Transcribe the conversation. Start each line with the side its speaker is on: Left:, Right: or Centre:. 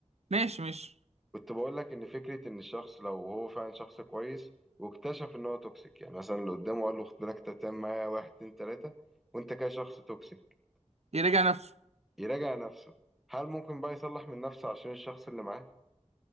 Right: ماشي ماشي
Centre: كنت بقول لك إن فكرة إن الشخص لو هو فعلا شخص كويس واكتشف إن هو توكسيك يعني مثلا اللي قدامه قال له خد بالك أنت بتعمل معايا واحد اتنين تلاتة وأنت كده شخص توكسيك
Right: يراجع نفسه
Centre: يراجع نفسه هل ممكن بقى يصلح من نفسه عشان الشخص اللي معاه؟